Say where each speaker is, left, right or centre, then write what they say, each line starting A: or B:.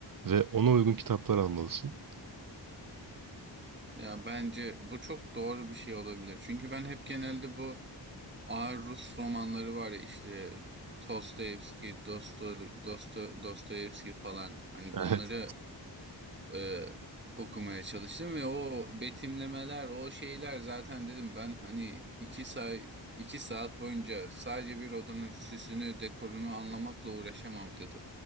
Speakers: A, on the right; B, on the right.
A: ve ona uygun kitaplar almalısın.
B: Ya bence bu çok doğru bir şey olabilir. Çünkü ben hep genelde bu ağır Rus romanları var ya işte Dostoyevski, Dosto, Dosto, Dostoyevski falan hani
A: Evet.
B: bunları e, okumaya çalıştım ve o betimlemeler, o şeyler zaten dedim ben hani iki say iki saat boyunca sadece bir odanın süsünü, dekorunu anlamakla uğraşamam dedim.